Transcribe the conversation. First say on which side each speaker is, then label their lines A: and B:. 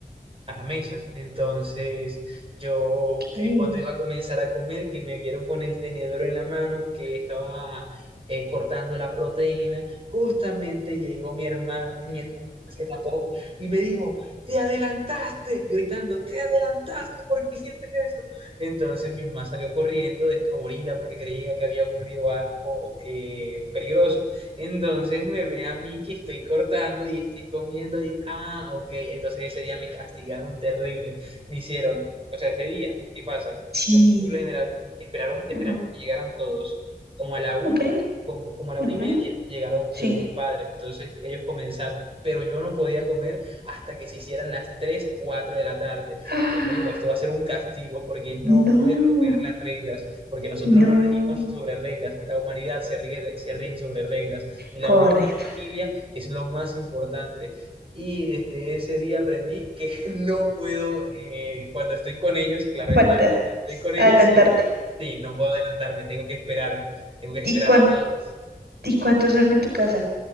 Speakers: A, on the right (about 35°); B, on the right (about 70°).
A: a la mesa. Entonces, yo
B: Ok.
A: eh, cuando iba a comenzar a comer, que me vieron con el tenedor en la mano, que estaba eh, cortando la proteína, justamente llegó mi hermano, y mi hermano se tapó y me dijo, te adelantaste, gritando, te adelantaste, ¿por qué hiciste eso? Entonces mi mamá salió corriendo, despavorida, porque creía que había ocurrido algo eh, peligroso. Entonces me ve a mí que estoy cortando y estoy comiendo y, ah, ok, entonces ese día me castigaron terrible, me hicieron, o sea, ese día, ¿qué pasa?
B: Sí.
A: Yo por lo general esperaron, esperamos
B: Ujú,
A: que llegaran todos, como a la una,
B: Ok.
A: com- como a la una
B: Ok.
A: y media, llegaron,
B: Sí.
A: llegó mi padre, entonces ellos comenzaron, pero yo no podía comer hasta que se hicieran las 3 4 de la tarde.
B: Ah,
A: Y él me dijo, esto va a ser un castigo porque no
B: No,
A: puede romper las reglas, porque nosotros
B: no.
A: nos regimos sobre reglas, la humanidad se rige, se rige sobre reglas. Y
B: Correcto.
A: la unión en familia es lo más importante. Y desde ese día aprendí que <laughs> no puedo, eh, cuando estoy con ellos, claro
B: <laughs>
A: está,
B: Falta
A: cuando estoy con ellos,
B: adelantarte.
A: sí, sí, no puedo adelantarme, tengo que esperar, tengo que esperar
B: ¿Y cuán-
A: a todos.
B: y cuántos son en tu casa?